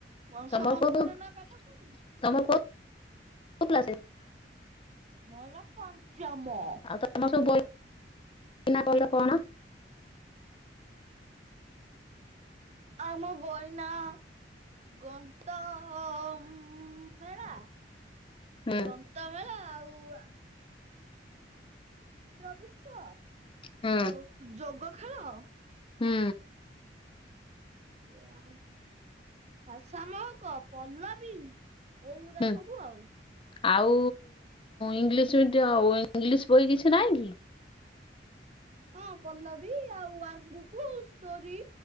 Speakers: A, on the right (about 40°); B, on the left (about 30°).
A: ମଣିଷ
B: <unintelligible>
A: ବଞ୍ଚିଲେ ନା ପାଠ ପଢିବୁ ମୋରୋ ପଞ୍ଚମ।
B: <unintelligible>
A: ଆମ ବଇନା ଗନ୍ତ ଉ-ଉମ୍-ଉମ୍ ମେଳା।
B: ହୁଁ
A: ଗନ୍ତ ମେଳା ଆଉ ଆ ତ୍ରବିଶ
B: ହୁଁ
A: ଆଉ ଯୋଗୋ ଖେଳ।
B: ହୁଁ।
A: ୟାଉ ଭାଷା ମହକ, ପଲ୍ଲବୀ। ଏଇଗୁରା
B: ହୁଁ
A: ସବୁ ଆଉ।
B: ଆଉ ଇଂଲିଶ୍ ମିଡ଼ିୱ, ଇଂଲିଶ୍ ବହି କିଛି ନାହିଁ କି?
A: ହଁ, ପଲ୍ଲବୀ ଆଉ ୱାର୍କ ବୁକ୍ ଷ୍ଟୋରି।